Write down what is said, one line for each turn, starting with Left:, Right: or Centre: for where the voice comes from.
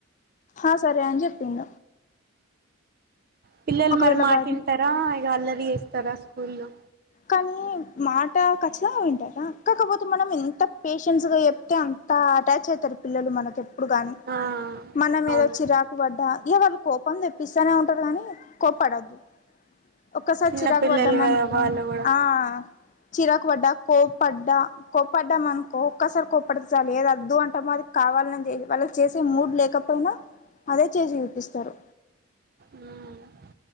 Left: ఆ సరే అని చెప్పింద
Right: పిల్లలు
Left: ఒకవేళ
Right: మరి మాటీంటరా
Left: వారిని
Right: ఇగ అల్లరి కదా ఫుల్లు
Left: కానీ మాట ఖచ్చితంగా వింటా కాకపోతే మనం ఎంత పేషెన్స్ గా చెప్తే అంత అటాచ్ అయితరు పిల్లలు మనకి ఎప్పుడు గాని
Right: ఆ
Left: మన మీద
Right: అవును
Left: వచ్చి రాకుబడ్డ ఎవరు కోపం తెప్పిస్తానే ఉంటరు కానీ కోప్పడద్దు ఒక్కసారి
Right: చిన్న
Left: చిరాకు
Right: పిల్లలు
Left: పడ్డాం అనుకో
Right: కదా వాళ్ళు కూడా
Left: ఆ చిరాకు వడ్డా కో పడ్డా కోప్పడ్డాం అనుకో ఒక్కసారి కోప్పడ చాలి ఏది అద్దు అంటామో అది కావాలని వాళ్ళు చేసే మూడ్ లేకపోయినా అదే చేసి చూపిస్తరు
Right: ఉమ్